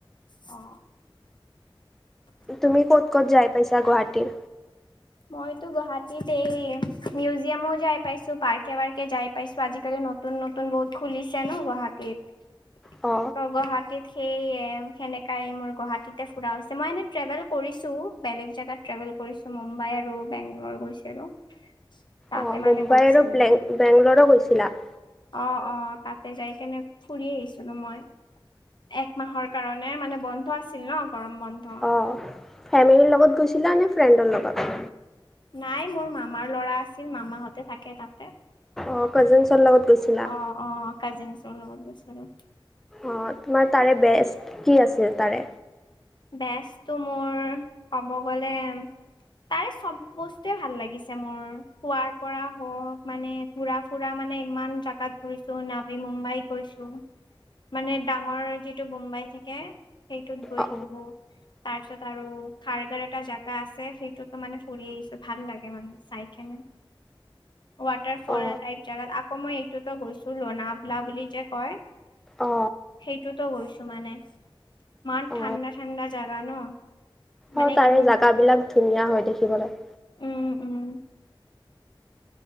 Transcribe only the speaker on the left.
অ।
মইতো গুৱাহাটীত এই মিউজিয়ামো যাই পাইছো, পাৰ্কে - ৱাৰ্কে যাই পাইছো, আজিকালি নু তুন - নতুন বহুত খুলিছে ন গুৱাহাটীত।
ত গুৱাহাটীত সেই সেনেকাই মোৰ গুৱাহাটীতে ফুৰা হৈছে, মই এনেই ট্ৰেভেল কৰিছোঁ বেলেগ জেগাত ট্ৰেভেল কৰিছো, মুম্বাই আৰু বেংগলৰ গৈছিলো। তাতে
মানে
গৈছিলো
অ অ তাতে যাই কেনে ফুৰি আহিছিলো মই, একমাহৰ কাৰণ নে মানে বন্ধ আছিল ন গৰম বন্ধ।
নাই মোৰ মামাৰ লৰা আছিল, মামাহঁতে থাকে তাতে।
অ অ কাজিনচৰ লগত গৈছিলো।
বেচটো মোৰ ক'ব গ'লে তাই চব বস্তুৱে ভাল লাগিছে মোৰ শোৱাৰ পৰা হওক মানে ফুৰা - ফুৰা মানে ইমান জাগাত ঘুৰিছো, নাবি মুম্বাই গৈছো। মানে ডাঙৰ যিটো মুম্বাই থাকে সেইটোত গৈছো।
তাৰপিছত আৰু খাৰগাৰ এটা জাগা আছে, সেইটোতো মানে ফুৰি আহিছো ভাল লাগে মানে চাইকেনে। <inaudible> ৱাটাৰ ফল
টাইপ জেগাত আকৌ মই এইটোতো গৈছো লনাবলা বুলি যে কয়?
সেইটোতো গৈছো মানে মাৰ
ঠাণ্ডা - ঠাণ্ডা জাগা ন? মানে
ইম
উম উম।